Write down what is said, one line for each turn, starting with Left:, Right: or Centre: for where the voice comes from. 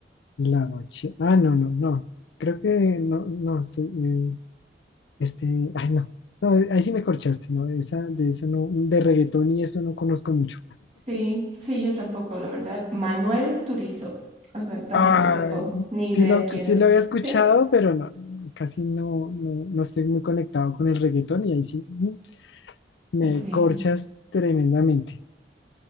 Left: la bache. Ah, no, no, no. Creo que no, no, sí, eh, este, ay, no. No, eh, ahí sí me corchaste, ¿no? Esa, de eso no, de reggaetón y eso no conozco mucho.
Right: Sí, sí, yo tampoco, la verdad. Manuel Turizo. O sea, tampoco
Left: Ay,
Right: tengo ni idea
Left: sí lo,
Right: quién
Left: sí
Right: es.
Left: lo había escuchado,
Right: Sí,
Left: pero no, no, no, casi no, no, no estoy muy conectado con el reggaetón y ahí sí mm, me
Right: sí,
Left: corchas tremendamente.